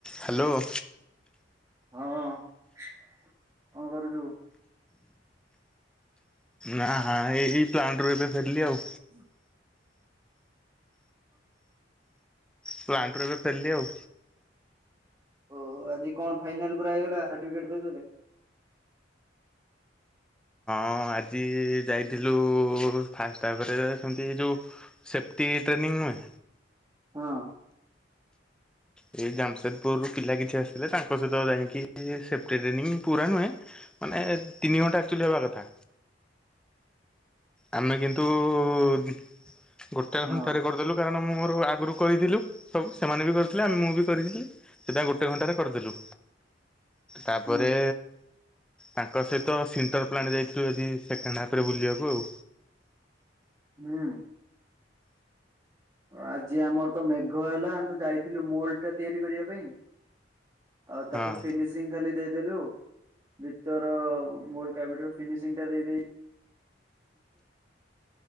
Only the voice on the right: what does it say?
ହଁ କଣ କରୁଚୁ?
<unintelligible>
ଓ ଆଜି କଣ ଫାଇନାଲ ପୁରା ହେଇଗଲା ସାର୍ଟିଫିକେଟ ଦେଇଦେଲେ।
ହଁ।
ହଁ
ହୁଁ
ହୁଁ। ଆଜି ଆମର ତ ମେଘ ହେଲା ଆମେ ତ ଯାଇଥିଲୁ ମୋଲ ଟା ତିଆରି କରିବା ପାଇଁ। ଆଉ ତାକୁ
ଫିନିସ <unintelligible> ଖାଲି ଦେଇଦେଲୁ ଭିତର <unintelligible> ଫିନିସିଂ ଦେଇଦେଇ